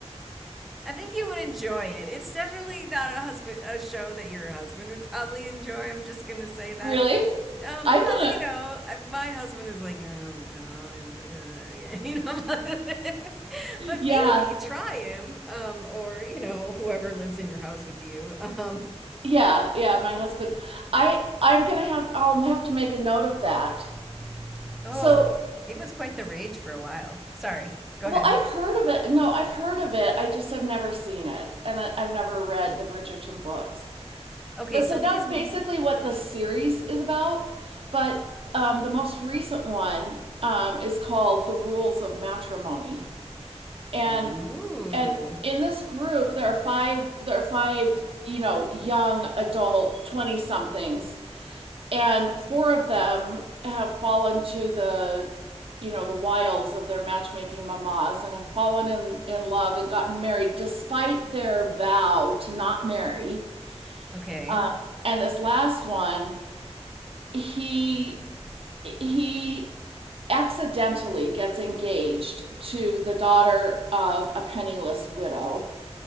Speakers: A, in the centre; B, on the right (about 55°).
A: I think you would enjoy it. It's definitely not a husband a show that your husband would probably enjoy. I'm just gonna say that.
B: Really?
A: Um,
B: I'm
A: well,
B: gonna
A: you know, I- my husband is like, oh God, <laughs> you know, <laughs> but
B: yeah
A: maybe try him, um, or you know, whoever lives in your house with you. <laughs>
B: yeah yeah my husband I I'm gonna have I'll have to make a note of that.
A: Um,
B: So
A: oh, it was quite the rage for a while. Sorry, go
B: well
A: ahead.
B: I've heard of it. No, I've heard of it. I just have never seen it, and I- I've never read the Bridgerton books.
A: Okay,
B: But
A: so
B: so
A: these.
B: that's
A: m-
B: basically what the series is about. But um, the most recent one um, is called The Rules of Matrimony, and
A: Oh,
B: and in this group there are five there are five you know young adult 20 somethings and four of them have fallen to the you know the wiles of their matchmaking mamas and have fallen in in love and gotten married despite their vow to not marry
A: okay.
B: um, and this last one he he accidentally gets engaged to the daughter of a penniless widow